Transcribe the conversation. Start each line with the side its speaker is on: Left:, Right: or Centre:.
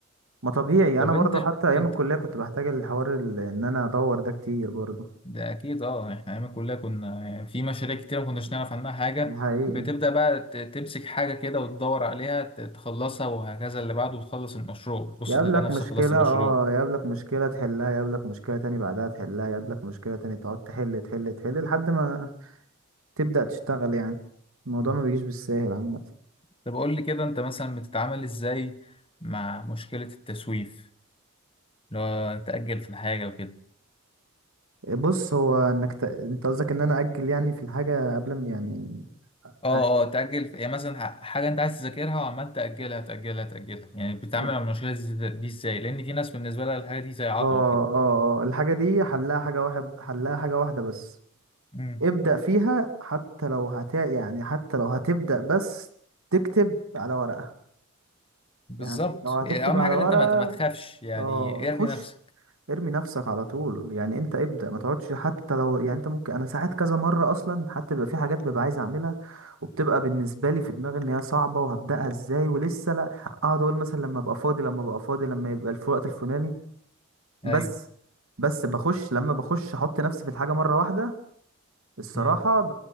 Right: ما طبيعي
Left: طب
Right: انا برضو
Left: انت
Right: حتى ايام
Left: انت
Right: الكلية كنت بحتاج الحوار ال- ان انا ادور ده كتير برضو
Left: ده اكيد اه احنا ايام الكليه كنا في مشاريع كتير ما كناش نعرف عنها حاجه
Right: ده حقيقي
Left: بتبدا بقى ت- تمسك حاجه كده وتدور عليها ت- تخلصها وهكذا اللي بعده تخلص المشروع بص
Right: يقابلك
Left: تلاقي نفسك
Right: مشكلة
Left: خلصت المشروع
Right: اه يقابلك مشكلة تحلها يقابلك مشكلة تاني بعدها تحلها يقابلك مشكلة تاني تقعد تحل تحل تحل لحد ما تبدأ تشتغل يعني الموضوع
Left: مم.
Right: ما بيجيش بالساهل عامة
Left: طب قول لي كده انت مثلا بتتعامل ازاي مع مشكله التسويف اللي هو تاجل في الحاجه وكده
Right: بص هو انك ت... انت قصدك ان انا اجل يعني في الحاجه قبل ما يعني أ-
Left: اه اه تأجل في- يعني مثلا ح- حاجة أنت عايز تذاكرها وعمال تأجلها تأجلها تأجلها يعني بتتعامل
Right: اه
Left: مع المشكلة دي دي إزاي؟ لأن في ناس بالنسبة لها الحاجة دي زي عقبة
Right: اه
Left: كده
Right: اه الحاجه دي حلها حاجه واحد حلها حاجه واحده بس
Left: امم
Right: ابدا فيها حتى لو هت يعني حتى لو هتبدا بس تكتب على ورقه
Left: بالظبط
Right: يعني لو هتكتب
Left: يعني أهم
Right: على
Left: حاجة
Right: ورقه
Left: إن أنت ما ت- ما تخافش يعني
Right: اه
Left: ارمي
Right: خش
Left: نفسك
Right: ارمي نفسك على طول يعني انت ابدأ ما تقعدش حتى لو يعني انت ممكن انا ساعات كذا مرة اصلا حتى بيبقى في حاجات ببقى عايز اعملها وبتبقى بالنسبة لي في دماغي ان هي صعبة وهبدأها ازاي ولسه لا اقعد اقول مثلا لما ابقى فاضي لما ابقى فاضي لما يبقى الف- الوقت الفلاني بس
Left: أيوه
Right: بس بخش لما بخش احط نفسي في الحاجة مرة واحدة الصراحة
Left: امم
Right: ب...